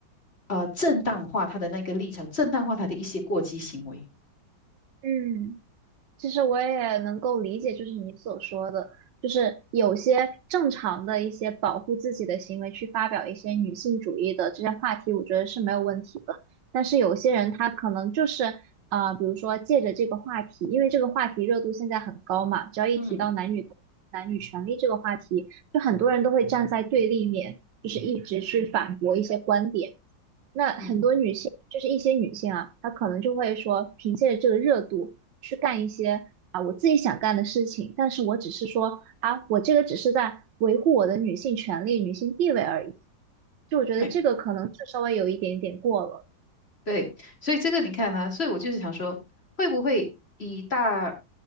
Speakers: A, on the left; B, on the right.
A: 呃正当化她的那个立场，正当化她的一些过激行为。
B: 嗯。其实我也能够理解，就是你所说的，就是有些正常的一些保护自己的行为，去发表一些女性主义的这些话题，我觉得是没有问题的。但是有些人他可能就是啊，比如说借着这个话题，因为这个话题热度现在很高嘛，只要一提到男女男女权利这个话题，
A: 嗯
B: 就很多人都会站在对立面，就是一直去反驳一些观点。那很多女性，
A: 嗯，
B: 就是一些女性啊，她可能就会说，凭借着这个热度去干一些啊我自己想干的事情，但是我只是说啊，我这个只是在维护我的女性权利、女性地位而已。就我觉得这个可能是稍微有一点点过了。
A: 没对，所以这个你看呢、所以我就是想说，会不会以大